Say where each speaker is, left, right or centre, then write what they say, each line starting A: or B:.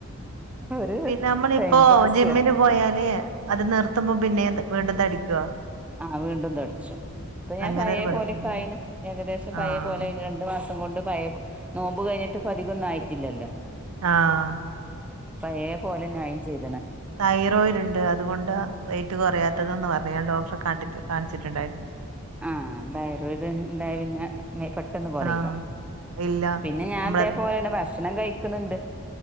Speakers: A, in the centre; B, on the right.
A: ഒരു
B: പിന്നെ നമ്മള
A: ടൈം
B: ഇപ്പോജിമ്മിന്
A: പാസ്
B: പോയല്.. അത് നിർത്തുമ്പോ പിന്നെ വീണ്ടും തടി കോ.
A: ആഹ വീണ്ടും തടിച്ചും. ഇപ്പൊ ഞാൻ
B: അങ്ങനൊരു
A: പഴയ
B: കുഴപ്പണ്ടല്ലേ?
A: പോലക്കായിന് ഏകദേശം പയ
B: ആഹ്.
A: പോലെയിന് രണ്ടു മാസം കൊണ്ട് പയ നോമ്പ. ഴിഞ്ഞിട്ട് പതികംന്ന ആയിട്ടില്ലല്ലോ.
B: ആഹ
A: പ അയേ പോലെ ന്യായം ചെയ്തണ.
B: തൈറോയിഡ ഉണ്ട് അതുകൊണ്ട് വെയിറ്റ് കുറയാത്തത്ന്ന് പറഞ്ഞഞ് ഞാൻ ഡോക്ടറെ കാട്ടി.. അതെ
A: ആഹ്ന് തൈറോയ്ഡ് ഉണ്ടായ പിന്നെ പെട്ടൊന്നും കുറയില്ല.
B: ആഹ്. ഇല്ല.
A: പിന്നെ ഞാൻ
B: നമ്മള്
A: അതേപോലെന്നെ ഭ.. ഭക്ഷണം കഴിക്കന്ണ്ട്